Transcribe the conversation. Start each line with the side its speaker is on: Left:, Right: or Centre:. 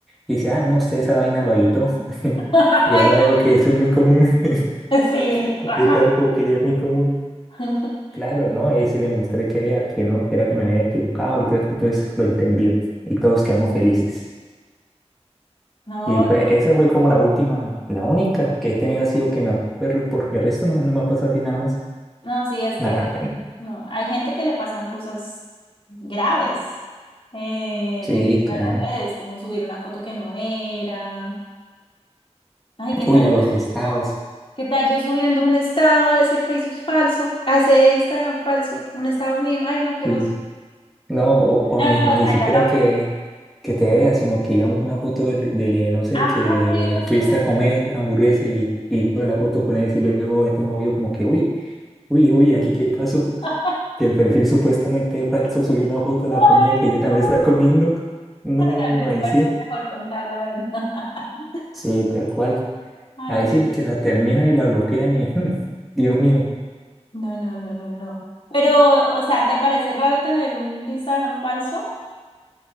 Centre: Dice, ah, no, usted esa vaina lo editó. <laughs>
Left: <laughs>
Centre: Y
Left: ay,
Centre: ahora
Left: no.
Centre: veo que eso es muy común, <laughs>
Left: Sí. Ajá.
Centre: estar como que ya es muy común.
Left: <laughs>
Centre: Claro, ¿no? Y ahí sí le mostré que vea que no, que era que me había equivocado y todo eso, entonces lo entendió y todos quedamos felices.
Left: No,
Centre: Y fue, esa fue como la última, la única que he tenido así o que me acuerdo, porque el resto no, no me ha pasado así nada más.
Left: no, sí, es
Centre: Nada,
Left: que no, hay gente que le pasan cosas graves eh,
Centre: Sí,
Left: en esto
Centre: claro.
Left: de las redes, como subir una foto que no era. Ay, qué
Centre: Uy,
Left: tal
Centre: a los
Left: yo,
Centre: estados.
Left: qué tal yo subiendo un estado a ese Facebook falso, a ese Instagram falso, un estado mío. Ay, no, qué
Centre: Sí.
Left: oso.
Centre: No, o, o
Left: No,
Centre: ni,
Left: no, no,
Centre: o
Left: está
Centre: ni siquiera
Left: ya tampoco.
Centre: que, que te veas, sino que digamos una foto de, de, no sé,
Left: Ah,
Centre: que
Left: sí, uno,
Centre: fuiste a comer hamburguesa
Left: sí,
Centre: y,
Left: sí.
Centre: y tuve la foto con él y luego de tu novio como que, uy, uy, uy, aquí qué pasó.
Left: <laughs>
Centre: Que el perfil supuestamente falso subió una foto de la comida
Left: Ay,
Centre: que ella también
Left: no.
Centre: está comiendo. No,
Left: No, no, no, es
Centre: ahí
Left: por
Centre: sí.
Left: eso mejor contar la verdad. <laughs>
Centre: Sí, tal cual.
Left: Ay,
Centre: Ahí sí
Left: no.
Centre: el que la termina y la bloquean y, <laughs> Dios mío.
Left: No, no, no, no, no. Pero, o sea, ¿te parece raro tener un Instagram falso?